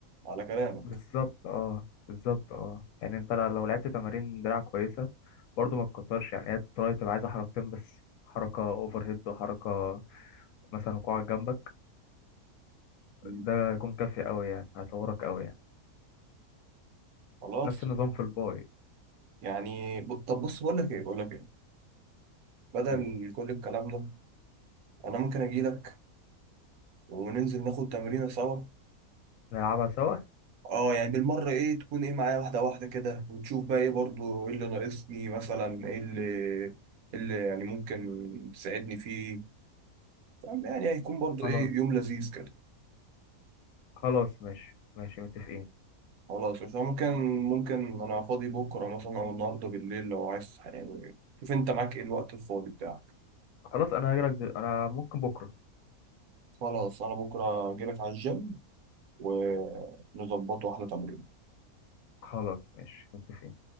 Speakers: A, on the right (about 75°); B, on the left (about 70°).
A: على كلامك
B: بالظبط اه بالظبط اه يعني انت لو لعبت تمارين دراع كويسة برضه ما تكترش يعني هي التراي تبقى عايزة حركتين بس حركة اوفر هيد وحركة مثلا وقوعك جنبك
A: مم.
B: ده يكون كافي قوي يعني هيطورك قوي يعني
A: خلاص
B: نفس النظام في الباي
A: يعني ب- طب بص بقول لك ايه بقول لك ايه بدل
B: قول
A: كل الكلام ده انا ممكن اجي لك وننزل ناخد تمرينه سوا
B: نلعبها سوا
A: اه يعني بالمرة ايه تكون ايه معايا واحدة واحدة كده وتشوف بقى ايه برضو ايه اللي ناقصني مثلا ايه اللي إيه اللي يعني ممكن تساعدني فيه فاهم؟ يعني هيكون برضو
B: خلاص
A: ايه يوم لذيذ كده
B: خلاص ماشي ماشي متفقين
A: خلاص عشان ممكن ممكن انا فاضي بكرة مثلا او النهاردة بالليل لو عايز يعني شوف انت معاك ايه الوقت الفاضي بتاعك
B: خلاص انا هجيلك دل... انا ممكن بكرة
A: خلاص انا بكرة اجيلك على الجيم ونظبط واحدة تمرين
B: خلاص ماشي متفقين